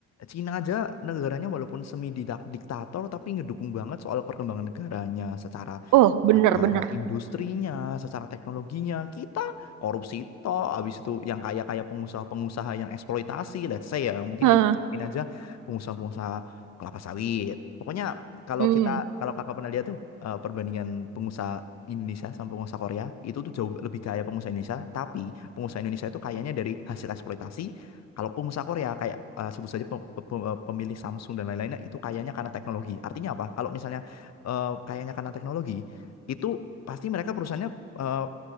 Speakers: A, on the left; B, on the right.
A: Cina aja negaranya walaupun semi didak- diktator tapi ngedukung banget soal perkembangan negaranya secara
B: Oh, bener-bener.
A: secara industrinya, secara teknologinya, kita korupsi toh, habis itu yang kaya-kaya pengusaha-pengusaha yang eksploitasi, let's say ya, mungkin
B: Hah,
A: kita ngomongin aja pengusaha-pengusaha kelapa sawit. Pokoknya kalau
B: hmm,
A: kita, kalau kakak pernah lihat tuh eh, perbandingan pengusaha Indonesia sama pengusaha Korea, itu tuh jauh lebih kaya pengusaha Indonesia, tapi pengusaha Indonesia itu kayanya dari hasil eksploitasi, kalau pengusaha Korea kayak eh, sebut saja pe- pe- pe- pemilik Samsung dan lain-lainnya itu kayaknya karena teknologi. Artinya apa? Kalau misalnya eh, kayaknya karena teknologi, itu pasti mereka perusahaannya eh,